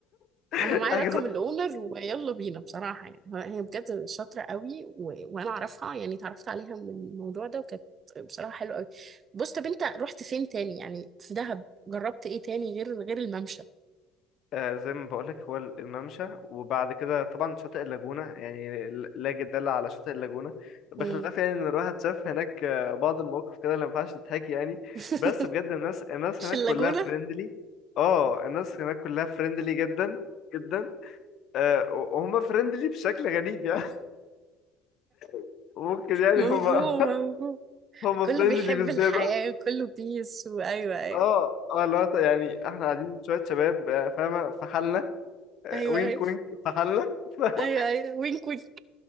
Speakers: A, on the left; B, on the right.
A: <laughs>
B: انا معايا
A: احجز
B: رقم الاونر ويلا بينا بصراحه يعني هو- هي بجد شاطره قوي و... وانا اعرفها يعني اتعرفت عليها من الموضوع ده وكانت بصراحه حلوه قوي بص طب انت رحت فين تاني يعني في دهب جربت ايه تاني غير غير الممشى
A: آه، زي ما بقولك هو الممشى وبعد كده طبعا شاطئ اللاجونة يعني لا جدال على شاطئ اللاجونة بخلاف
B: مم.
A: يعني ان الواحد شاف هناك آه، بعض المواقف كده اللي ما ينفعش تتحكي يعني
B: <laughs>
A: بس بجد الناس الناس هناك
B: في اللاجونه
A: كلها فريندلي اه الناس هناك كلها فريندلي جدا جدا آه، وهم فريندلي بشكل غريب يعني <laughs> ممكن يعني
B: مفهوم
A: هم
B: مفهوم
A: هم
B: كله
A: فريندلي
B: بيحب
A: بالزيادة
B: الحياه كله بيس وايوه ايوه
A: اه اه اللي هو يعني احنا قاعدين شوية شباب آه، فاهمة في حالنا آه،
B: ايوه
A: وينك
B: ايوه
A: وينك في حالنا <laughs>
B: ايوه ايوه وينك وينك